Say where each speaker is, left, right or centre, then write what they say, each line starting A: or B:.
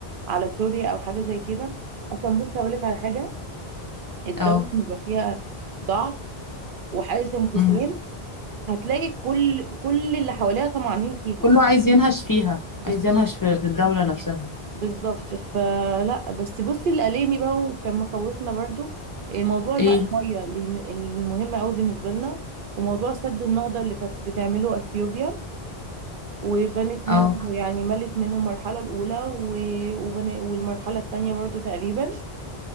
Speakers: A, on the right (about 60°); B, on the left (about 35°).
A: على سوريا او حاجه زي كده اصلا بص هقول لك على حاجه الدوله
B: اه
A: اللي بيبقى فيها ضعف وحاله انقسام
B: مم.
A: هتلاقي كل كل اللي حواليها طمعانين فيها
B: كله عايز ينهش فيها
A: بالظبط
B: عايز ينهش في في الدولة نفسها
A: بالظبط فلا بس بصي اللي قلقني بقى وكان مخوفنا برضو إيه، موضوع بقى
B: ايه
A: الميه اللي اللي مهم قوي بالنسبه لنا وموضوع سد النهضه اللي كانت بتعمله اثيوبيا وبنت
B: اه
A: منه يعني ملت منه المرحله الاولى و- وبن... والمرحله الثانيه برضو تقريبا